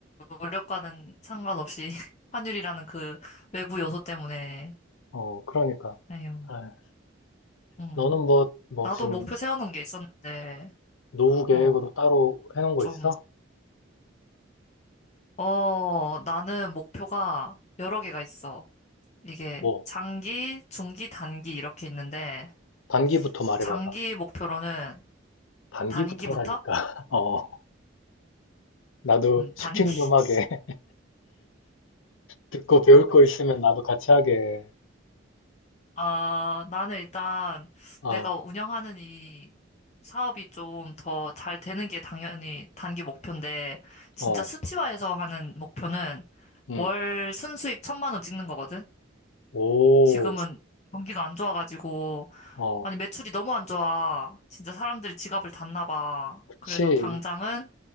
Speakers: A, on the left; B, on the left.
A: 노력과는 상관없이 <laughs> 환율이라는 그 외부 요소 때문에.
B: 어, 그러니까.
A: 에휴.
B: 아,
A: 음.
B: 너는 뭐, 뭐
A: 나도
B: 지금
A: 목표 세워놓은 게 있었는데,
B: 노후 계획으로
A: 어,
B: 따로 해놓은 거
A: 좀,
B: 있어?
A: 어, 나는 목표가 여러 개가 있어. 이게
B: 뭐,
A: 장기, 중기, 단기 이렇게 있는데,
B: 단기부터 말해봐봐.
A: 장기 목표로는
B: 단기부터라니까.
A: 단기부터?
B: <laughs> 어, 나도
A: 음,
B: 슈킹
A: 단기.
B: 좀 하게.
A: <laughs>
B: <laughs> 듣고 배울 거 있으면 나도 같이 하게.
A: 아, 나는 일단
B: 어,
A: 내가 운영하는 이 사업이 좀 더 잘 되는 게 당연히 단기 목표인데, 진짜
B: 어,
A: 수치화해서 하는 목표는
B: 응.
A: 월 순수익 천만 원 찍는 거거든?
B: 오,
A: 지금은 경기가 안 좋아가지고,
B: 어,
A: 아니, 매출이 너무 안 좋아. 진짜 사람들이 지갑을 닫나 봐.
B: 그치.
A: 그래서 당장은